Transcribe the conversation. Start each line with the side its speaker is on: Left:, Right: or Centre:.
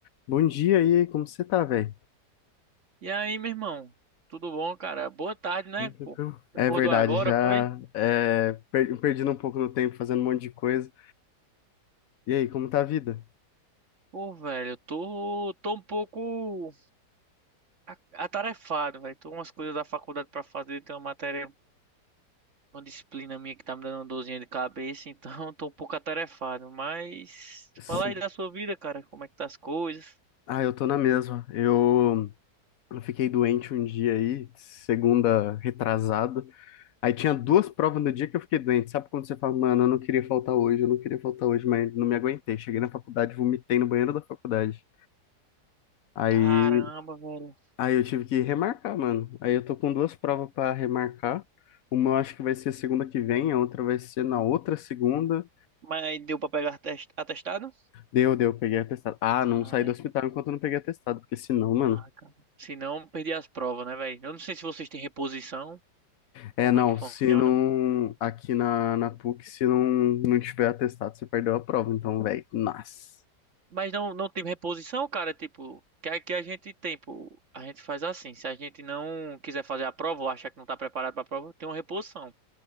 Left: Bom dia aí, como você tá, velho?
Right: E aí, meu irmão? Tudo bom, cara? Boa tarde, né,
Left: Bem tranquilo.
Right: pô?
Left: É
Right: Acordou
Left: verdade,
Right: agora,
Left: já
Right: foi?
Left: é, per- perdendo um pouco no tempo, fazendo um monte de coisa. E aí, como tá a vida?
Right: Pô, velho, eu tô, tô um pouco a- atarefado, velho. Tô com umas coisas da faculdade pra fazer, tem uma matéria, uma disciplina minha que tá me dando uma dorzinha de cabeça, então <laughs> tô um pouco atarefado. Mas
Left: Cê-
Right: fala aí da sua vida, cara, como é que tá as coisas?
Left: Ah, eu tô na mesma. Eu eu fiquei doente um dia aí, segunda retrasado. Aí tinha duas provas no dia que eu fiquei doente. Sabe quando você fala, mano, eu não queria faltar hoje, eu não queria faltar hoje, mas não me aguentei. Cheguei na faculdade, vomitei no banheiro da faculdade. Aí
Right: Caramba, velho.
Left: Aí eu tive que remarcar, mano. Aí eu tô com duas provas para remarcar. Uma eu acho que vai ser segunda que vem, a outra vai ser na outra segunda.
Right: Mas deu pra pegar atest- atestado?
Left: Deu, deu, peguei atestado. Ah,
Right: Ai,
Left: não saí do hospital enquanto eu não peguei atestado, porque senão, mano.
Right: ai, cara. Se não, perdi as provas, né, velho? Eu não sei se vocês têm reposição,
Left: É,
Right: como
Left: não,
Right: é que funciona.
Left: se não. Aqui na, na PUC, se não, não tiver atestado, você perdeu a prova. Então, velho, nossa.
Right: Mas não, não tem reposição, cara. Tipo, que aqui a gente tem, pô, a gente faz assim. Se a gente não quiser fazer a prova ou achar que não tá preparado pra prova, tem uma reposição.